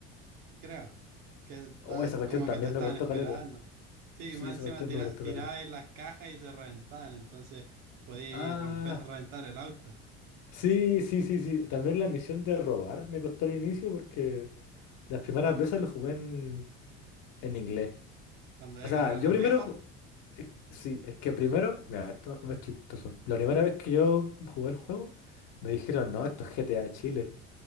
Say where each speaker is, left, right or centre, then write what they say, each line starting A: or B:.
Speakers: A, on the right; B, on the left.
A: creo, que
B: Oh,
A: ta-
B: esa cuestión
A: como
B: también
A: que te estaban
B: me costó
A: esperando.
B: caleta.
A: Sí,
B: Sí,
A: más
B: esa
A: encima
B: cuestión
A: tira,
B: me costó
A: tirabais
B: caleta.
A: las cajas y se reventaban, entonces podíais
B: Ah,
A: romper, reventar el auto.
B: Sí, sí, sí, sí. También la misión de robar me costó al inicio porque las primeras veces lo jugué en, en inglés.
A: Cuando había
B: O sea,
A: que robarle
B: yo primero...
A: viejos,
B: eh, Sí, es que primero... Mira, esto es chistoso. La primera vez que yo jugué el juego, me dijeron, no, esto es GTA Chile.